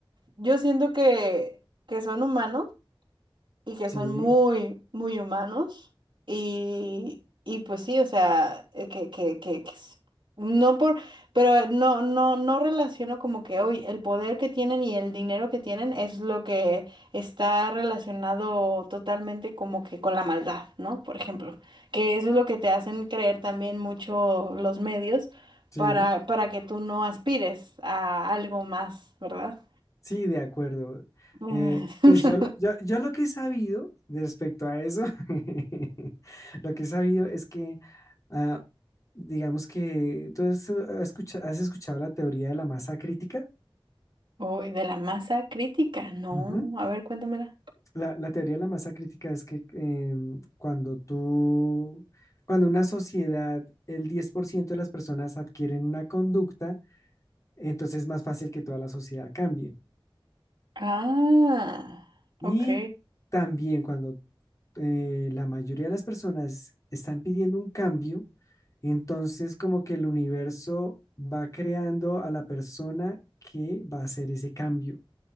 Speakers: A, on the right; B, on the left.
A: yo siento que, que son humanos y que
B: sí.
A: son muy, muy humanos. Y, y pues sí, o sea, eh, que, que, que, que s- no por, pero eh, no, no, no relaciono como que hoy el poder que tienen y el dinero que tienen es lo que está relacionado totalmente como que con la maldad, ¿no? Por ejemplo, que eso es lo que te hacen creer también mucho los medios
B: Sí,
A: para, para que tú no aspires a algo más, ¿verdad?
B: sí, de acuerdo.
A: <laughs>
B: Eh, pues yo, lo- yo, yo lo que he sabido de respecto a eso, <laughs> lo que he sabido es que, ah, digamos que tú has, eh, escucha- has escuchado la teoría de la masa crítica.
A: Uy, de la masa crítica. No,
B: Ujú.
A: a ver, cuéntamela.
B: La, la teoría de la masa crítica es que em, cuando tú, cuando una sociedad, el 10% de las personas adquieren una conducta, entonces es más fácil que toda la sociedad cambie.
A: Ah,
B: Y
A: ok.
B: también cuando eh, la mayoría de las personas están pidiendo un cambio, entonces como que el universo va creando a la persona que va a hacer ese cambio.